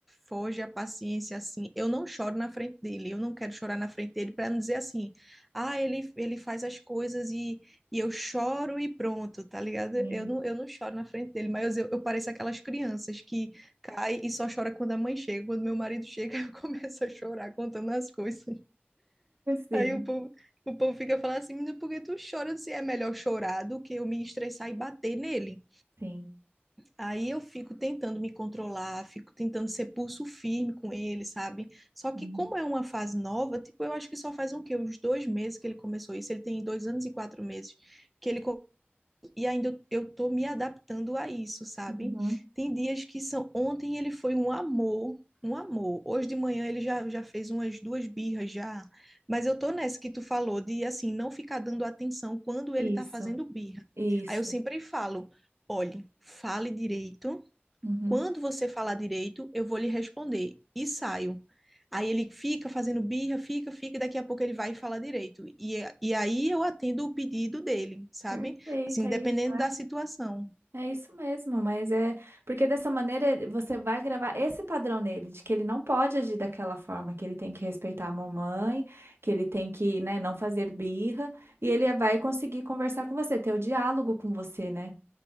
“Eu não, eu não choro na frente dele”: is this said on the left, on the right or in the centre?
Centre